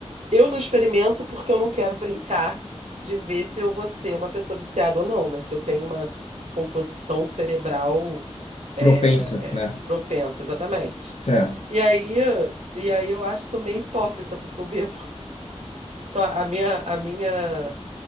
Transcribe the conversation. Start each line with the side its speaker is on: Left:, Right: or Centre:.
Right: Eu não experimento porque eu não quero brincar de ver se eu vou ser uma pessoa viciada ou não, né? Se eu tenho uma composição cerebral é,
Left: Propensa,
Right: é,
Left: né?
Right: propensa, exatamente.
Left: Certo.
Right: E aí, e aí eu acho isso meio hipócrita, porque eu bebo. <laughs> Então, a minha, a minha